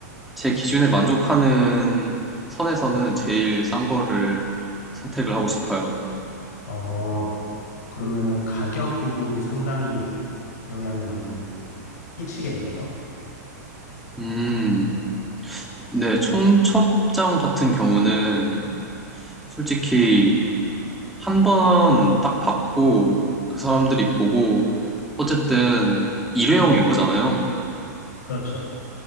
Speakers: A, in the centre; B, on the left.
A: 제 기준에 만족하는 선에서는 제일 싼 거를 선택을 하고 싶어요.
B: 어, 그러면은 가격 부분이 상당히 영향을 많이 끼치겠네요.
A: 음, 네, 청첩장 같은 경우는 솔직히 한 번 딱 받고 그 사람들이 보고 어쨌든 일회용인 거잖아요.
B: 그렇죠.